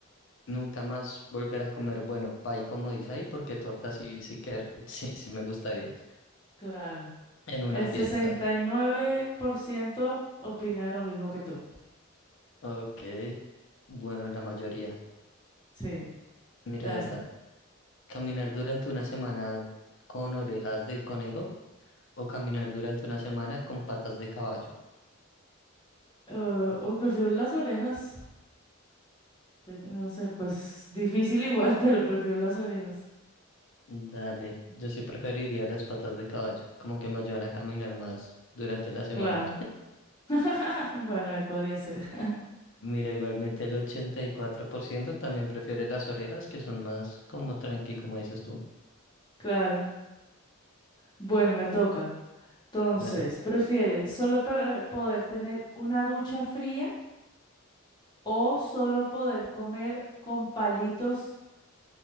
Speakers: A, on the left; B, on the left.
A: nunca más volver a comer, bueno, pay como dice ahí, porque torta sí, sí que <laughs> sí, sí me gustaría.
B: Claro.
A: En una
B: El
A: fiesta.
B: 69% opina lo mismo que tú.
A: Ok. Bueno, la mayoría.
B: Sí,
A: Mira
B: dale.
A: esta. ¿Caminar durante una semana con orejas de conejo o caminar durante una semana con patas de caballo?
B: Eh, uy, prefiero las orejas. Yo que no sé, pues difícil igual, <laughs> pero prefiero las orejas.
A: Dale, yo sí preferiría las patas de caballo, como que me ayudan a caminar más durante la semana.
B: Claro. <laughs> Bueno, ahí podría ser. <laughs>
A: Mira, igualmente el 84% también prefiere las orejas, que son más como tranqui, como dices tú.
B: Claro. Bueno, me toca. Entonces,
A: Dale,
B: ¿prefieres solo pe- poder tener una ducha fría o solo poder comer con palitos